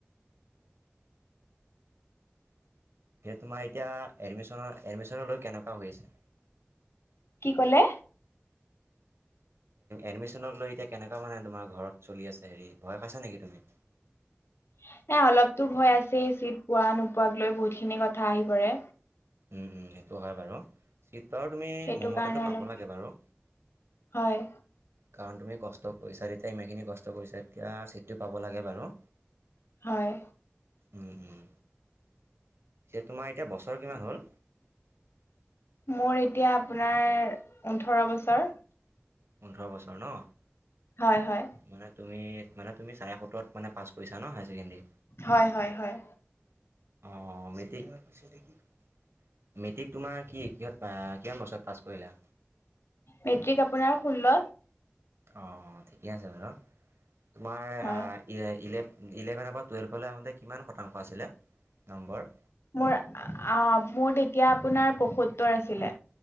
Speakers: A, on the left; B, on the right.
A: <inaudible>
B: সে তোমাৰ এতিয়া এডমিশ্যনৰ এডমিশ্যনৰ লৈ কেনেকোৱা হৈ আছে
A: কি কলে
B: এডমিশ্যনক লৈ এতিয়া কেনেকোৱা মানে তোমাৰ ঘৰত চলি আছে হেৰি ভয় খাইছা নেকি তুমি
A: <inaudible> এ অলপতো ভয় আছে চিট পোৱা নোপোৱাক লৈ বহুত খিনি কথা আহি পৰে
B: উম উম সেইটো হয় বাৰু চিট বাৰু তুমি
A: সেইটো
B: মমতেটো
A: কাৰণে অলপ
B: পাব লাগে বাৰু
A: হয়
B: কাৰণ তুমি কষ্ট কৰিছা তেতিয়া ইমানখিনি কষ্ট কৰিছা এতিয়া ছিটটো পাব লাগে বাৰু
A: হয়
B: উম উম এ তোমাৰ এতিয়া বছৰ কিমান হ'ল
A: মোৰ এতিয়া আপোনাৰ পোন্ধৰ বছৰ
B: পোন্ধৰ বছৰ ন
A: হয় হয়
B: মানে তুমি মানে তুমি চাৰে সোতৰত মানে পাছ কৰিছা ন হায়াৰ ছেকেণ্ডেৰী
A: হয় হয় হয়
B: অহ মেটিক পচে কি মেট্ৰিক তোমাৰ কি কিহত কিমান বছৰত পাছ কৰিলা?
A: মেট্ৰিক আপোনাৰ ষোল্লত
B: অঁ অঁ ঠিকে আছে বাৰু তোমাৰ
A: হয়
B: ইলে ইলেভেনৰ পৰা টুৱেল্ভলৈ আহোঁতে কিমান শতাংশ আছিলে নম্বৰ।
A: মোৰ অ মোৰ তেতিয়া আপোনাৰ পয়সত্তৰ আছিলে?